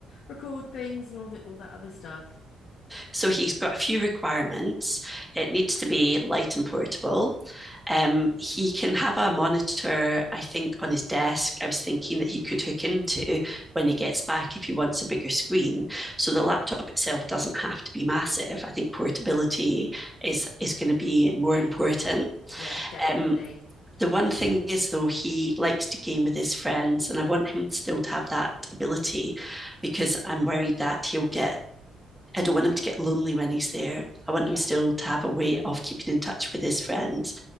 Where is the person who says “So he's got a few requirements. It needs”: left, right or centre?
Centre